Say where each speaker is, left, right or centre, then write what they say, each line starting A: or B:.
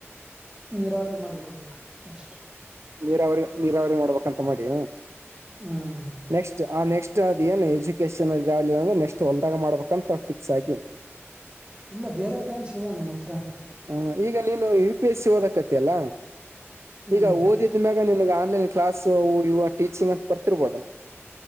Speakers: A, on the right; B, on the right.
A: ನೀರಾವರಿ ಮಾಡ್ಬಿಡ್ಬೇಕು ನೆಕ್ಸ್ಟ್
B: ನೀರಾವರಿ ನೀರಾವರಿ ಮಾಡ್ಬೇಕಂತ ಮಾಡಿ
A: ಹ್ಮ್
B: ನೆಕ್ಸ್ಟ್ ಆ ನೆಕ್ಸ್ಟ್ ಅದು ಏನ್ಜು ಲನ್ಂದ್ರೆ ನೆಕ್ಸ್ಟ್ ಹೊಲ್ದಾಗ ಮಾಡ್ಬೇಕಂತ ಫಿಕ್ಸ್ ಆಗಿ
A: ಇಲ್ಲ ಬೇರೆ ಪ್ಲಯಾನ್ಸ್ ಇದೆ ನನ್ನ ಹತ್ರ
B: ಹ ಈಗ ನೀನು ಯು ಪಿ ಎಸ್ ಸಿ ಓದಕತಲ್ಲ
A: ಹ್ಮ್
B: ಈಗ ಓದಿದ ಮ್ಯಾಗ ಗ ನಿನ್ಗೆ ಆನ್ಲೈನ್ ಕ್ಲಾಸ್ ಇವಾಗ ಟೀಚಿಂಗ್ ಅಂತ ಬರ್ತಿರ್ಬೋದಲ್ಲ